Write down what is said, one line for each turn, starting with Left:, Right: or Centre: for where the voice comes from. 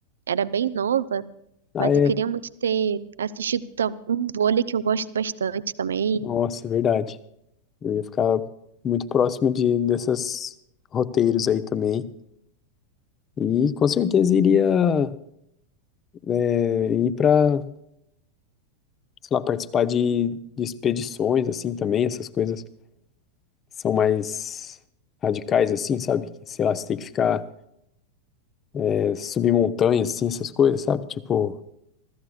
Right: era bem nova,
Left: Ah,
Right: mas
Left: é.
Right: eu queria muito ter assistido tal- um vôlei que eu gosto bastante também.
Left: Nossa, é verdade. Eu ia ficar muito próximo de dessas roteiros aí também. E com certeza iria é, ir para, sei lá, participar de, de expedições, assim, também, essas coisas que são mais radicais, assim, sabe? Que, Sei lá, você tem que ficar, é, subir montanhas, assim, essas coisas, sabe? Tipo,